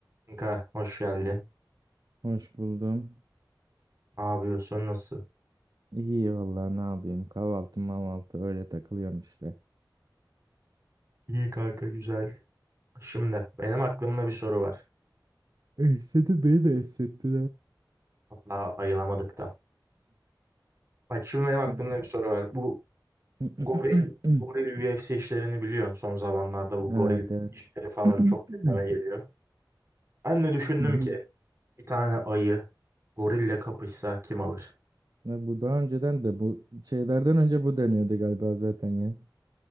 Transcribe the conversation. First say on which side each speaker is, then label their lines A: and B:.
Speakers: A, on the right; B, on the right.
A: Kanka hoş geldin.
B: Hoş buldum.
A: Ne yapıyorsun? Nasılsın?
B: İyi vallahi ne yapayım? Kahvaltı mahvaltı öyle takılıyorum işte.
A: İyi kanka güzel. Şimdi benim aklımda bir soru var.
B: Esnedi beni de esnetti
A: Hatta ayılamadık da. Bak şimdi benim aklımda
B: ha.
A: bir soru var. Bu
B: <laughs>
A: goril, goril UFC işlerini biliyorsun. Son zamanlarda bu goril
B: Evet evet.
A: işleri falan
B: <clears throat>
A: çok gündeme geliyor. Ben de düşündüm
B: Mhm.
A: ki bir tane ayı gorille kapışsa kim alır?
B: Ya bu daha önceden de bu şeylerden önce bu deniyordu galiba zaten ya.